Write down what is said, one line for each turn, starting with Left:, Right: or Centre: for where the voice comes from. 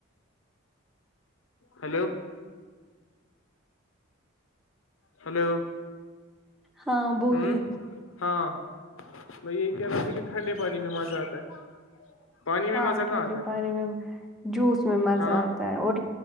Left: ہلو ہلو
Centre: ہاں بولیے
Left: ہوں ہاں میں یہی کہہ رہا تھا کہ ٹھنڈے پانی میں مزہ آتا ہے پانی میں
Centre: ہاں
Left: مزہ
Centre: ٹھنڈی
Left: کہاں آتا ہے
Centre: پانی میں جوس میں مزہ
Left: ہاں
Centre: آتا ہے اور